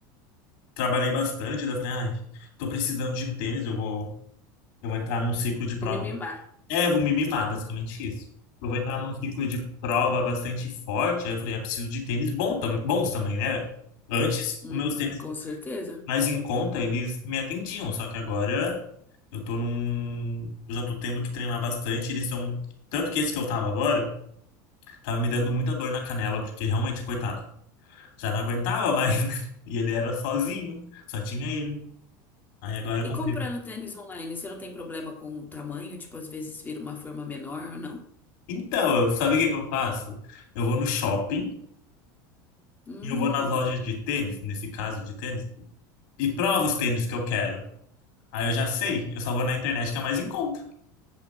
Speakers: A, on the left (about 70°); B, on the left (about 15°).
A: trabalhei bastante, daí eu falei, ai, tô precisando de um tênis, eu vou, eu vou entrar num ciclo de prova
B: Vou me mimar.
A: É, vou me mimar, basicamente isso. Eu vou entrar num ciclo de prova bastante forte. Aí eu falei, ah, preciso de tênis bom tam- bons também, né? Antes,
B: Uhum,
A: os meus tênis
B: com certeza.
A: mais em conta, eles me atendiam. Só que agora eu tô num. Eu já tô tendo que treinar bastante. Eles estão. Tanto que esse que eu tava agora, tava me dando muita dor na canela, porque realmente, coitado, já não aguentava <laughs> mais, né? E ele era sozinho, só tinha ele. Aí agora eu
B: E
A: comprei.
B: comprando tênis online, você não tem problema com o tamanho? Tipo, às vezes vira uma forma menor ou não?
A: Então, eu- sabe o que que eu faço? Eu vou no shopping.
B: Hum.
A: E eu vou nas lojas de tênis, nesse caso de tênis, e provo os tênis que eu quero. Aí eu já sei, eu só vou na internet que é mais em conta.